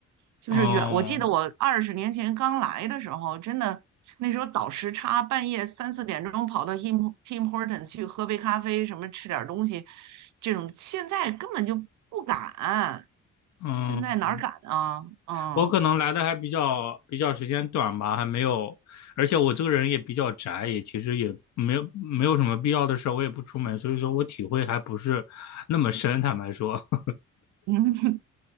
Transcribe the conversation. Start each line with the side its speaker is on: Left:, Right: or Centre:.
Right: 就是远，
Left: 哦，
Right: 我记得我二十年前刚来的时候，真的那时候倒时差，半夜三四点钟跑到 Tim Tim Horton 去喝杯咖啡，什么吃点东西，这种现在根本就不敢，
Left: 嗯，
Right: 现在哪儿敢啊？嗯
Left: 我可能来的还比较比较时间短吧，还没有，而且我这个人也比较宅，也其实也没有没有什么必要的事儿，我也不出门，所以说我体会还不是那么深，坦白说，<laughs>
Right: 嗯，<laughs>